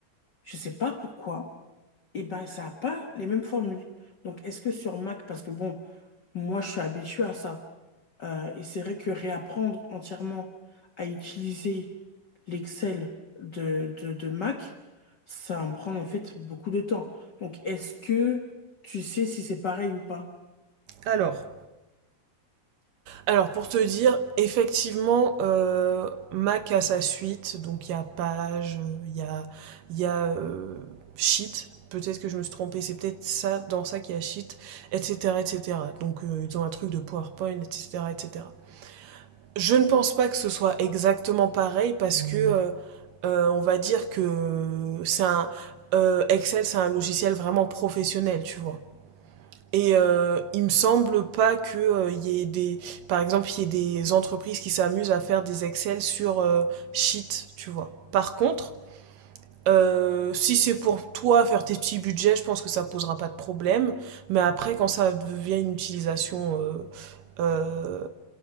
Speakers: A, on the left; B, on the right.
A: je sais pas pourquoi, et ben ça a pas les mêmes formules. Donc est-ce que sur Mac, parce que bon, moi je suis habitué à ça, euh, et c'est vrai que réapprendre entièrement à utiliser l'Excel de, de, de Mac, ça me prend en fait beaucoup de temps. Donc est-ce que tu sais si c'est pareil ou pas?
B: Alors. Alors pour te dire, effectivement, euh, Mac a sa suite, donc il y a Page, euh, il y a, il y a euh, Sheet, peut-être que je me suis trompée, c'est peut-être ça, dans ça qu'il y a Sheet, etc. etc. Donc euh, ils ont un truc de PowerPoint, etc. etc. Je ne pense pas que ce soit exactement pareil parce que euh, euh, on va dire que c'est un, euh, Excel c'est un logiciel vraiment professionnel, tu vois. Et euh, il me semble pas que euh, il y ait des, par exemple, il y ait des entreprises qui s'amusent à faire des Excel sur euh, Sheet, tu vois. Par contre, euh, si c'est pour toi faire tes petits budgets, je pense que ça posera pas de problème. Mais après, quand ça devient une utilisation, euh, euh,